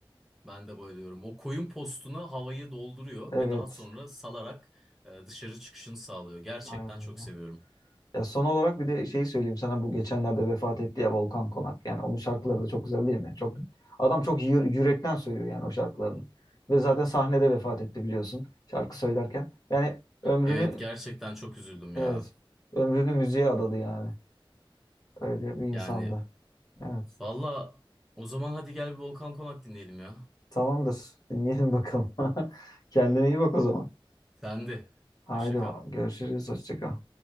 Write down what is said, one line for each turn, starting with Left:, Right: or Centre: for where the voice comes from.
Centre: Ben de bayılıyorum. O koyun postuna havayı dolduruyor
Left: Evet.
Centre: ve daha sonra salarak e, dışarı çıkışını sağlıyor. Gerçekten
Left: Aynen. öyle.
Centre: çok seviyorum.
Left: Ya son olarak bir de şeyi söyleyeyim sana. Bu geçenlerde vefat etti ya Volkan Konak. Yani onun şarkıları da çok güzel değil mi? Çok Adam çok yü- yürekten söylüyor yani o şarkılarını. Ve zaten sahnede vefat etti biliyorsun. Şarkı söylerken. Yani ömrünü
Centre: Evet gerçekten çok üzüldüm
Left: evet
Centre: ya.
Left: ömrünü müziğe adadı yani. Öyle bir insandı.
Centre: Yani
Left: Evet.
Centre: valla o zaman hadi gel bir Volkan Konak dinleyelim ya.
Left: Tamamdır. Dinleyelim bakalım. <laughs> Kendine iyi bak o zaman.
Centre: Sende.
Left: Haydi
Centre: Hoşça kal.
Left: bakalım. Görüşürüz. Hoşça kal.